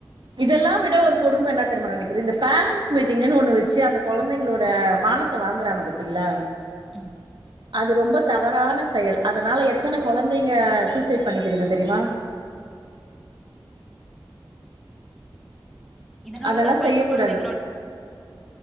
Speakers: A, on the right; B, in the centre.
A: இதெல்லா விட ஒரு கொடும இன்னா தெரிமா நடக்குது இந்த பேரன்ட்ஸ் மீட்டிங்குன்னு ஒண்ணு வெச்சு அந்த கொழந்தைங்ளோட மானத் த்த வாங்குறாங்க பத்தீங்ளா
B: ம்
A: அது ரொம்ப தவறான செயல் அதனால எத்தன கொழந்தைங்க சூசைடு பண்ணிக்குதுங்க தெரியுமா
B: இதனாலதா
A: அதெல்லா செய்ய
B: பள்ளி குழந்தைங்களோட
A: கூடாது